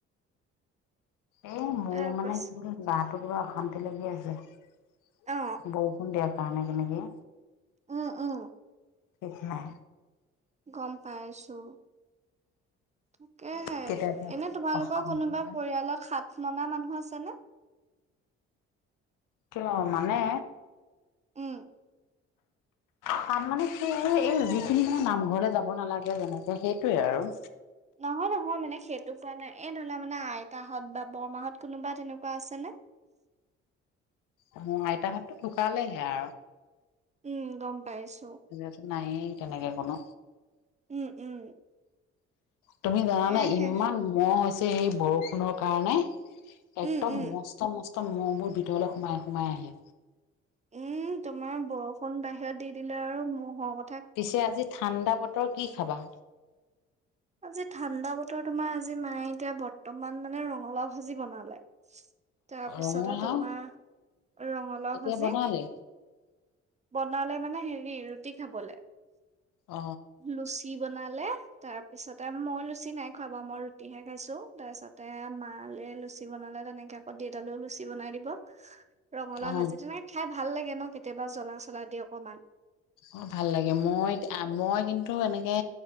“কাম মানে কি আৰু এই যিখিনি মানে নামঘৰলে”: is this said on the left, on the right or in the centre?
Left